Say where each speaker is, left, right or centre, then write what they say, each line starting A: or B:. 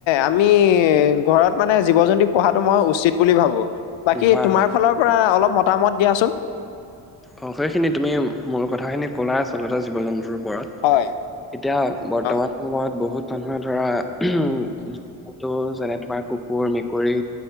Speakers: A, on the left; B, in the centre.
A: আমি ঘৰত মানে জীৱ-জন্তু পহাটো মই উচিত বুলি ভাবো। বাকী
B: হয়
A: তোমাৰ
B: হয়
A: ফালৰ পৰা অলপ মতামত দিয়াচোন।
B: অ সেইখিনি তুমি মূল কথাখিনি ক'লা আচলতে জীৱ-জন্তুৰ ওপৰত।
A: হয়।
B: এতিয়া বৰ্তমান
A: অ
B: সময়ত বহুত মানুহে ধৰা উম, এটো যেনে তোমাৰ কুকুৰ, মেকুৰী